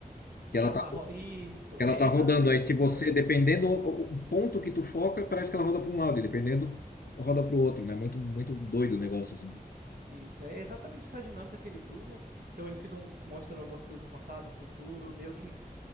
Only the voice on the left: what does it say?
que
ela
tá,
que ela
tá
rodando. Aí
se
você, dependendo o, o ponto que tu foca, parece que ela roda para um lado, e dependendo, roda para o outro, né? Muito, muito doido o negócio assim.